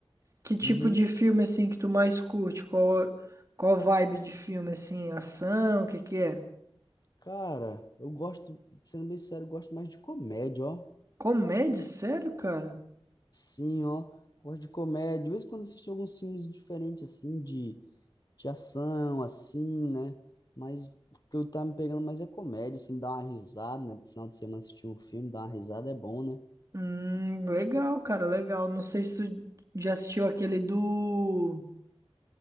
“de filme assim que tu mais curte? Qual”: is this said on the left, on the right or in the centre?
Right